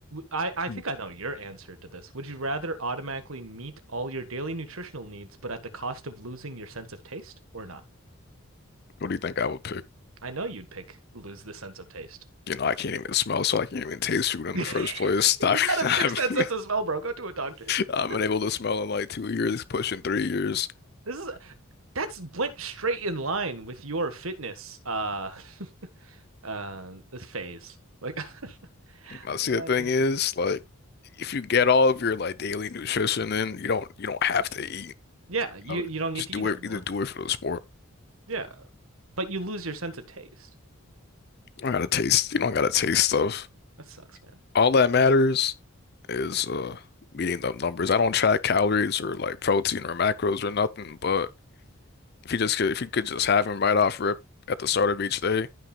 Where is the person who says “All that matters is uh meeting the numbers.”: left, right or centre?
Left